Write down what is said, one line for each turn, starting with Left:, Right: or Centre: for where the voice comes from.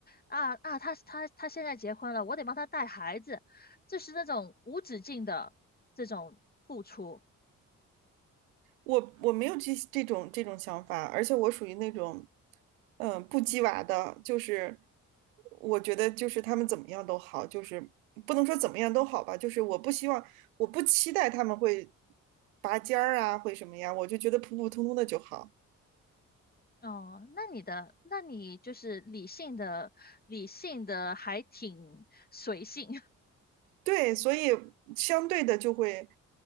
Left: 啊啊，她她她现在结婚了，我得帮她带孩子。这是那种无止境的这种付出。
Right: 我我没有这这种这种想法，而且我属于那种，嗯、不鸡娃的，就是我觉得就是他们怎么样都好，就是不能说怎么样都好吧，就是我不希望，我不期待他们会拔尖儿啊，会什么呀，我就觉得普普通通的就好。
Left: 哦，那你的，那你就是理性的，理性的还挺随性。<laughs>
Right: 对，所以相对的就会